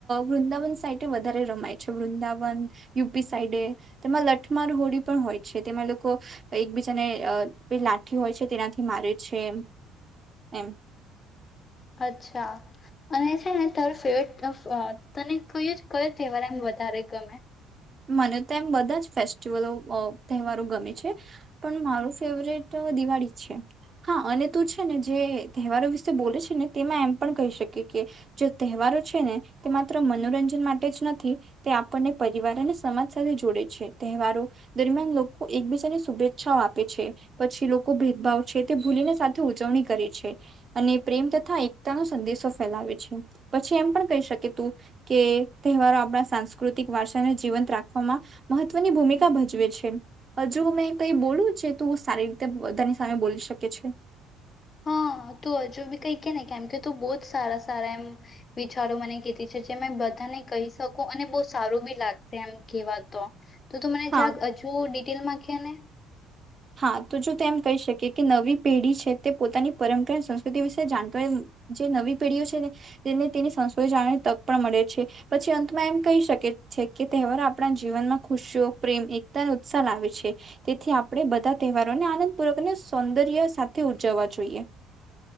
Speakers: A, on the right; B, on the left.
A: વૃંદાવન સાઈડ વધારે રમાય છે વૃંદાવન, યુપી સાઈડે તેમાં લઠમાર હોળી પણ હોય છે તેમાં લોકો, એકબીજાને લાઠી હોય છે તેનાથી મારે છે એમ.
B: અચ્છા, અને છે ને તારો ફેવરેટ તને કહ ક તહેવાર એમ વધારે ગમે?
A: મને તો એમ બધા જ ફેસ્ટિવલો તહેવારો ગમે છે, પણ મારું ફેવરેટ દિવાળી છે, હા અને તું છે ને જે તહેવારો વિશે બોલે છે ને તેમાં એમ પણ કહી શકી કે, જે તહેવારો છે ને તે માત્ર મનોરંજન માટે જ નથી તે આપણને પરિવારને સમાજ સાથે જોડે છે તહેવારો, દરમિયાન લોકો એકબીજાને શુભેચ્છાઓ આપે છે પછી લોકો ભેદભાવ છે, તે ભૂલીને સાથે ઉજવણી કરે છે, અને પ્રેમ તથા એકતા ન સંદેશો ફેલાવે છે પછી એમ પણ કહી શકે તું કે તહેવારો આપણા સાંસ્કૃતિક વારસાને જીવન રાખવામાં, મહત્વની ભૂમિકા ભજવે છે, જો મેં કઈ બોલું છે તો સારી રીતે બધાની સામે બોલી શકે છે.
B: હા તું હજુ બી કઈ કે ને કેમ કે ત બહુ જ સારા સારા, એમ વિચારો મને કીધી છે જે મે બધાને કહી શકું અને બહુ સારું બી લાગશે એમ કેવાતો. તો તું મને
A: હા.
B: જક હજુ ડિટેલમાં કે ને.
A: હા તો જો તે એમ કહી શકી કે નવી પેઢી છે તે પોતાની પરંપરા અને સંસ્કૃતિ વિશે જાણતા જે નવી પેઢીઓ છેને તેને તેની સંસ્કૃતિ જાણવાની તક પણ મળે છે પછી અંતમાં એમ કહી શકે છે કે તહેવારો આપણા જીવનમાં ખુશીઓ પ્રેમ એકતા અને ઉત્સાહ લાવે છે, તેથી આપણે બધા તહેવારોને આનંદપૂર્વક અને સૌંદર્ય સાથે ઉજવવા જોઈએ.